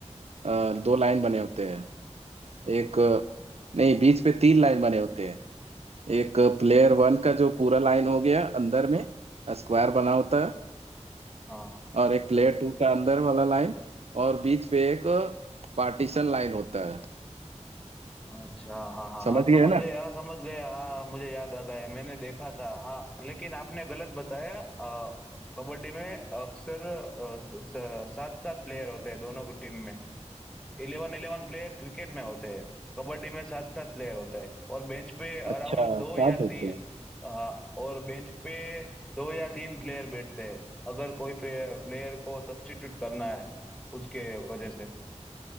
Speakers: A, on the right; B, in the centre.
A: अ, दो लाइन बने होते हैं एक नहीं बीच पे तीन लाइन बने होते हैं एक प्लेयर वन का जो पूरा लाइन हो गया अंदर में स्क्वायर बना होता है
B: हाँ हाँ
A: और एक प्लेयर टू का अंदर वाला लाइन और बीच पे एक पार्टीशन लाइन होता है
B: अच्छा हाँ हाँ
A: समझ
B: हाँ
A: गए
B: समझ
A: ना
B: गया हाँ समझ गया हाँ मुझे याद आ गया मैंने देखा था हाँ लेकिन आपने गलत बताया अ, कबड्डी में अक्सर सात सात प्लेयर होते हैं दोनों की टीम में इलेवन इलेवन प्लेयर क्रिकेट में होते हैं कबड्डी में सात सात प्लेयर होते हैं और बेंच पे
A: अच्छा
B: अराउंड दो
A: सात
B: या
A: होते
B: तीन
A: हैं
B: हाँ और बेंच पे दो या तीन प्लेयर बैठते हैं अगर कोई प्लेयर को सब्स्टिट्यूट करना है उसके वजह से